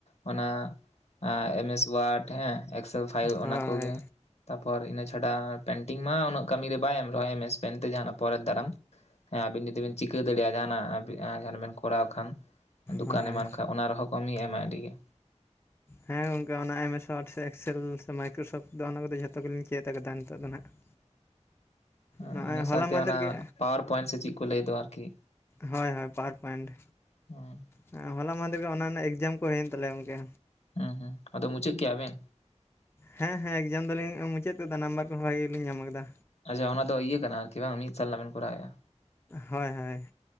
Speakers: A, on the left (about 60°); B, on the left (about 20°).
A: ᱚᱱᱟ ᱮᱢᱮᱥ ᱚᱣᱟᱨᱰ ᱦᱮᱸ ᱮᱠᱥᱮᱞ ᱯᱷᱟᱭᱤᱞ ᱚᱱᱟ
B: ᱦᱳᱭ
A: ᱠᱚᱜᱮ᱾ ᱛᱟᱯᱚᱨ ᱤᱱᱟᱹ ᱪᱷᱟᱰᱟ ᱯᱮᱱᱴᱤᱝ ᱢᱟ ᱩᱱᱟᱹᱜ ᱠᱟᱹᱢᱤ ᱨᱮ ᱵᱟᱭ ᱮᱢ ᱨᱮᱦᱚᱭ ᱮᱢᱮᱥ ᱢᱮᱱᱛᱮ ᱡᱟᱸᱦᱟᱱᱟᱜ ᱯᱚᱨᱮᱨ ᱫᱟᱨᱟᱢ ᱦᱮᱸ ᱟᱵᱤᱱ ᱡᱩᱫᱤ ᱵᱤᱱ ᱪᱤᱠᱟᱹ ᱫᱟᱲᱮᱭᱟᱜ-ᱟ ᱡᱟᱸᱦᱟᱱᱟᱜ ᱟᱵᱤ ᱡᱟᱸᱦᱟᱱᱟᱜ ᱵᱮᱱ ᱠᱚᱨᱟᱣ ᱠᱷᱟᱱ ᱫᱚᱠᱟᱱᱮ
B: ᱦᱳᱭ
A: ᱮᱢᱟᱱ ᱠᱷᱟᱱ ᱚᱱᱟ ᱨᱮᱦᱚᱸ ᱠᱟᱹᱢᱤᱭ ᱮᱢᱟᱭ ᱟᱹᱰᱤᱜᱮ᱾
B: ᱦᱮᱸ ᱜᱚᱝᱠᱮ ᱚᱱᱟ ᱮᱢᱮᱥ ᱚᱣᱟᱴ ᱥᱮ ᱮᱠᱥᱮᱞ ᱥᱮ ᱢᱟᱭᱠᱨᱳᱥᱚᱯᱷᱴ ᱫᱚ ᱚᱱᱟ ᱠᱚᱫᱚ ᱡᱚᱛᱚᱜᱮᱞᱤᱧ ᱪᱮᱫ ᱟᱠᱟᱫᱟ ᱱᱤᱛᱚᱜ ᱫᱚ ᱱᱟᱦᱟᱜ᱾ <inaudible>
A: ᱦᱩᱸ,
B: ᱱᱚᱜᱼᱚᱭ
A: ᱤᱱᱟᱹ
B: ᱦᱚᱞᱟ
A: ᱥᱟᱶᱛᱮ
B: ᱢᱟᱦᱫᱮᱨ
A: ᱚᱱᱟ
B: ᱜᱮ
A: ᱯᱟᱣᱟᱨ ᱯᱚᱭᱮᱱᱴ ᱥᱮ ᱪᱮᱫ ᱠᱚ ᱞᱟᱹᱭ ᱫᱚ ᱟᱨᱠᱤ᱾
B: ᱦᱳᱭ ᱦᱳᱭ ᱯᱟᱣᱟᱨ ᱯᱚᱭᱮᱱᱴ᱾
A: ᱦᱩᱸ᱾
B: ᱦᱮᱸ, ᱦᱚᱞᱟ ᱢᱟᱦᱫᱮᱨ ᱜᱮ ᱚᱱᱟ ᱨᱮᱱᱟᱜ ᱮᱠᱡᱟᱢ ᱠᱚ ᱦᱩᱭᱮᱱ ᱛᱟᱞᱮᱭᱟ ᱜᱚᱝᱠᱮ᱾
A: ᱦᱩᱸ ᱦᱩᱸ ᱟᱫᱚ ᱢᱩᱪᱟᱹᱫ ᱠᱮᱜ-ᱟ ᱵᱮᱱ?
B: ᱦᱮᱸ ᱦᱮᱸ ᱮᱠᱡᱟᱢ ᱫᱚᱞᱤᱧ ᱢᱩᱪᱟᱹᱫ ᱠᱟᱫᱟ ᱱᱟᱢᱵᱟᱨ ᱠᱚᱦᱚᱸ ᱵᱷᱟᱜᱮ ᱜᱮᱞᱤᱧ ᱧᱟᱢ ᱟᱠᱟᱫᱟ᱾
A: ᱟᱪᱪᱷᱟ ᱚᱱᱟ ᱫᱚ ᱤᱭᱟᱹ ᱠᱟᱱᱟ ᱟᱨᱠᱤ ᱵᱟᱝ ᱢᱤᱛ ᱥᱟᱞᱟ ᱵᱮᱱ ᱠᱚᱨᱟᱣᱮᱜ-ᱟ᱾
B: ᱦᱳᱭ ᱦᱳᱭ᱾